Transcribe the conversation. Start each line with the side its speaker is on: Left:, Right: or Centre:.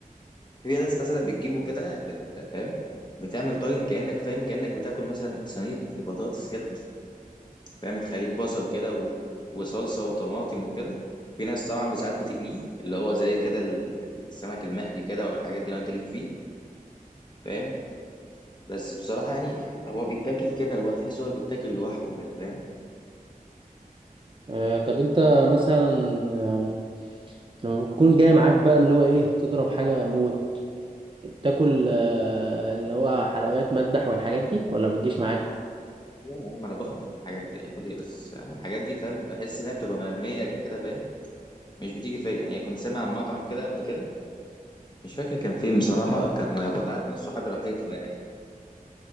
Left: في ناس مثلا بتجيبه كده بت- فاهم بتعمل طاجن كانك فاهم كانك بتاكل مثلا صينيه بطاطس كده فاهم تخليه بصل كده و... وصلصة وطماطم وكده في ناس طبعا بساعات بتقليه اللي هو زي كده ال- السمك المقلي كده والحاجات دي لو انت ليك فيه فاهم بس بصراحة يعني هو بيتاكل كده لوحده تحس هو بيتاكل لوحده كده فاهم
Right: آه، طب انت مثلا آه، لما بتكون جاي معاك بقى اللي هو ايه تضرب حاجه موت بتاكل آه، اللي هو حلويات مذبح والحاجات دي ولا بتجيش معاك
Left: لا يا عم انا بقرف من الحاجات دي اكل ايه بس من الحاجات دي فاهم بحس انها بتبقى مرمية كده فاهم مش بتيجي فيا يعني كنت سامع عن مطعم كده قبل كده مش فاكر كان فين بصراحة كان كنت عارف ناس صحابي راحت له يعني